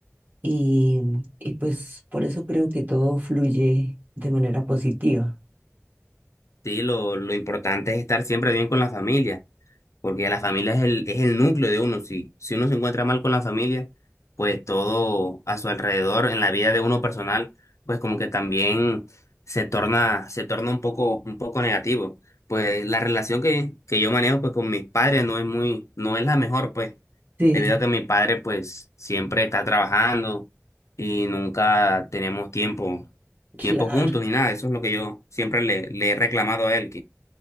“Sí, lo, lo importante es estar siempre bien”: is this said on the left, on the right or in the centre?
Left